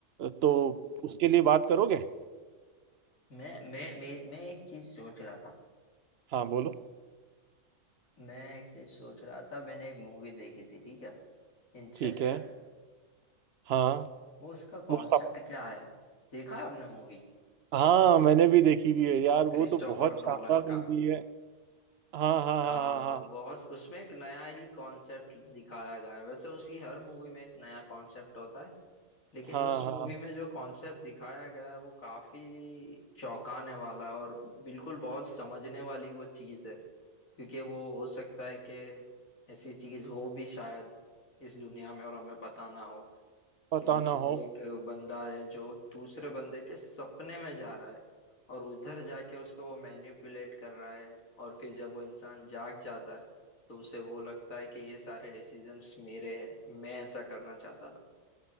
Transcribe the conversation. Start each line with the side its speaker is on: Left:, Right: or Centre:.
Right: तो उसके लिए बात करोगे
Left: मैं मैं मैं मैं एक चीज सोच रहा था
Right: हाँ बोलो
Left: मैं एक चीज सोच रहा था मैंने एक मूवी देखी थी ठीक है इंसेप्शन
Right: ठीक है हाँ
Left: वो उसका कॉन्सेप्ट
Right: वो
Left: क्या है देखा है आपने मूवी
Right: हाँ मैंने भी देखी भी है यार वो
Left: क्रिस्टोफर
Right: तो बहुत शानदार
Left: नॉलन
Right: मूवी
Left: का
Right: है हाँ हाँ
Left: हाँ
Right: हाँ हाँ
Left: बहुत उसमें एक नया ही कॉन्सेप्ट दिखाया गया है वैसे उसकी हर मूवी में एक नया कॉन्सेप्ट होता है लेकिन
Right: हाँ
Left: उस
Right: हाँ हाँ
Left: मूवी
Right: हाँ,
Left: में जो कॉन्सेप्ट दिखाया गया है वो काफी चौंकाने वाला है और बिल्कुल बहुत समझने वाली वो चीज है क्योंकि वो हो सकता है कि ऐसी चीज हो भी शायद इस दुनिया में और हमें पता ना हो
Right: पता
Left: कि जिसमें
Right: ना
Left: एक
Right: हो
Left: बंदा है जो दूसरे बंदे के सपने में जा रहा है और उधर जाके उसको वो मैनिपुलेट कर रहा है और फिर जब वो इंसान जाग जाता है तो उसे वो लगता है कि ये सारे डिसीजंस मेरे हैं मैं ऐसा करना चाहता था